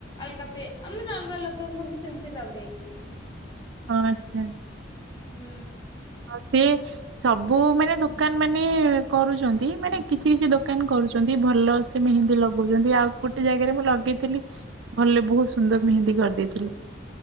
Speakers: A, on the left; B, on the right.
A: ଅଲଗା ପି ଆ ମାନେ ଅଲଗା ଲୋକଙ୍କୁ ବି ସେମିତି ଲଗେଇଦିଏ।
B: ହଁ, ଆଛା।
A: ହୁଁ
B: ହଁ, ସିଏ ସବୁ ମାନେ ଦୋକାନମାନେ କରୁଛନ୍ତି ମାନେ କିଛି କିଛି ଦୋକାନ କରୁ ଭଲ ସେ ମେହେନ୍ଦୀ
A: ହଁ
B: ଲଗଉଛନ୍ତି ଆଉ ଗୋଟେ ଜାଗାରେ ମୁଁ ଲଗେଇଥିଲି ଭଲରେ ବହୁତ ସୁନ୍ଦର ମେହେନ୍ଦୀ କରିଦେଇଥିଲେ।